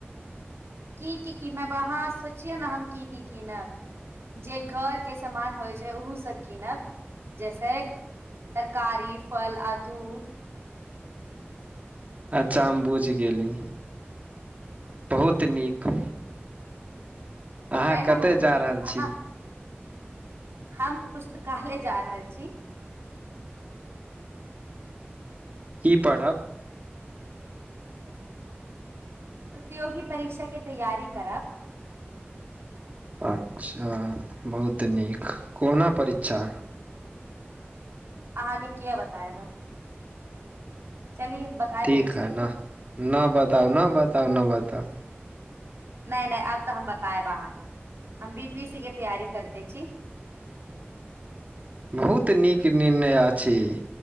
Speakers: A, on the right; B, on the right.
A: की-की कीनब? अहाँ सोचिऔ ने हम की-की कीनब। जे घरके सामान होइत छै, ओहूसभ कीनब, जैसे तरकारी, फल आ दूध।
B: अच्छा हम बुझि गेली। बहुत नीक। अहाँ
A: है ने
B: कतय
A: बहुत
B: जा
A: नीक
B: रहल
A: अहाँ
B: छी?
A: हम पुस्तकालय जा रहल छी।
B: की पढ़ब?
A: प्रतियोगी परीक्षाके तैयारी करब।
B: अच्छा, बहुत नीक। कोना परीक्षा?
A: अहाँकेँ किएक बतायब हम। चलिये बताय
B: ठीक
A: दै छियै
B: है न, न बताउ न बताउ न बताउ।
A: नहि नहि, आब तऽ हम बताएब अहाँकेँ। हम बी पी एस सी के तैयारी करते छी।
B: बहुत नीक निर्णय अछि।